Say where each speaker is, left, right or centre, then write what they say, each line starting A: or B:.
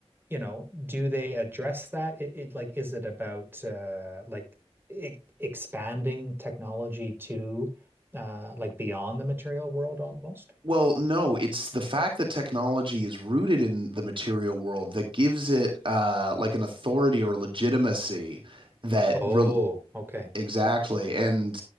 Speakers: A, on the right; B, on the right.
A: you know, do they address that? It, it like is it about uh, like e- expanding technology to uh, like beyond the material world almost?
B: Well, no, it's the fact that technology is rooted in the material world that gives it uh, like an authority or a legitimacy that
A: Oh,
B: re
A: okay.
B: Exactly. And